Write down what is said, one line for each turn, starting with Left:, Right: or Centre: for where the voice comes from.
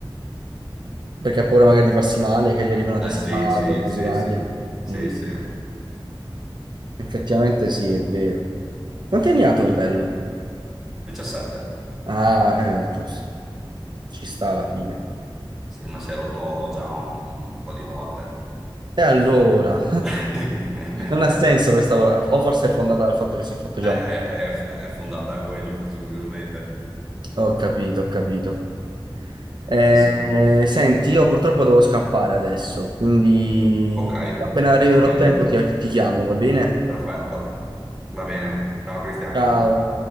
Right: Perché ha paura magari di farsi male, che gli arriva una
Centre: Ah
Right: testata
Centre: sì, sì,
Right: o cose
Centre: sì,
Right: varie.
Centre: sì, sì,
Right: Mm.
Centre: sì,
Right: Effettivamente sì, è vero. Quanti anni ha Tortello?
Centre: 17.
Right: Ah, eh, giusto. Ci sta alla fine.
Centre: Sì, ma si è rotto già un po' di volte.
Right: E allora?
Centre: <laughs>
Right: Non ha senso questa cosa, o forse è fondata dal fatto che si è fatto
Centre: Eh,
Right: già male.
Centre: È, è, è fondata da quello, presumibilmente.
Right: Ho capito, ho capito. Eh,
Centre: Sì, sì.
Right: senti, io purtroppo devo scappare adesso, quindi
Centre: Ok,
Right: appena arriverò
Centre: va bene.
Right: a tempo ti ti chiamo, va bene?
Centre: Perfetto, va bene. Ciao Cristian.
Right: Ciao.